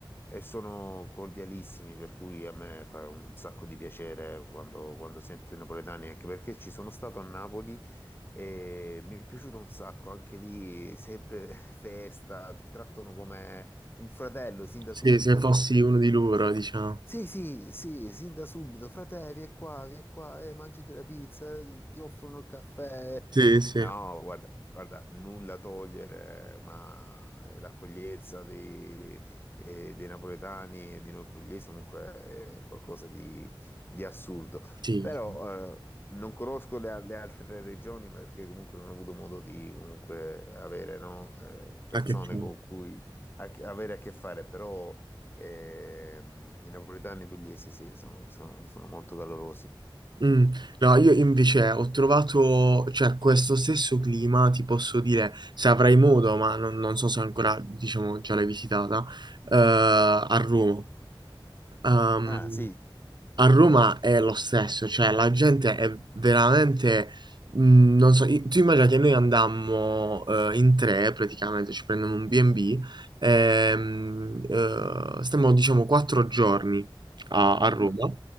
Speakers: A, on the left; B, on the right.
A: E sono cordialissimi, per cui a me fa un sacco di piacere quando, quando sento i napoletani, anche perché ci sono stato a Napoli e mi è piaciuto un sacco, anche lì sempre <laughs> festa, ti trattano come un fratello sin da
B: Sì,
A: subito.
B: se fossi
A: Fra-
B: uno di loro, diciamo.
A: sì, sì, sì, sin da subito, frate, vieni qua, vieni qua, eh, mangiati la pizza, eh, ti offrono il caffè.
B: Sì, sì.
A: No, guarda, guarda, nulla a togliere, ma eh, l'accoglienza dei, eh, dei napoletani e di noi pugliesi comunque è qualcosa di, di assurdo.
B: Sì,
A: Però eh, non conosco le, le altre regioni perché comunque non ho avuto modo di comunque avere no, eh, persone
B: a che fine.
A: con cui a- avere a che fare, però... E, mm, i napoletani pugliesi, sì, sono, sono- sono molto calorosi.
B: Mm. No, io invece ho trovato, cioè, questo stesso clima, ti posso dire, se avrai modo, ma non, non so se ancora, diciamo, già l'hai visitata, eh, a Roma. Ehm,
A: Ah, sì.
B: A Roma è lo stesso, cioè la gente è veramente, mh, non so, i- tu immagina che noi andammo eh, in tre praticamente, ci prendiamo un B&B, ehm, eh, stiamo diciamo quattro giorni a, a Roma
A: Mm.